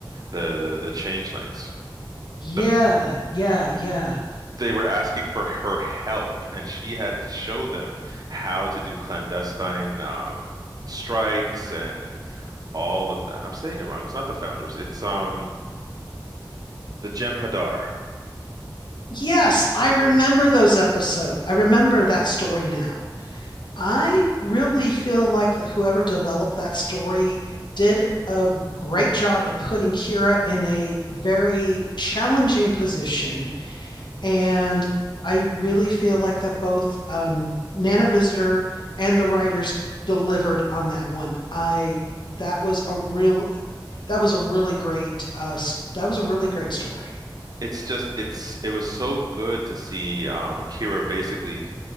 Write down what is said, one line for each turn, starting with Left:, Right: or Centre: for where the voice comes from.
Right: the the, the changelings.
Left: Yeah,
Right: The, f-
Left: yeah, yeah.
Right: they were asking for her help, and she had to show them how to do clandestine um, strikes and all of that. I'm saying it wrong. It's not the founders. It's um the Jem'Hadar.
Left: Yes, I remember those episodes. I remember that story now. I really feel like that whoever developed that story did a great job of putting Kira in a very challenging position. And I really feel like that both um, Nana Visitor and the writers delivered on that one. I that was a real that was a really great uh that was a really great story.
Right: It's just it's it was so good to see um Kira basically.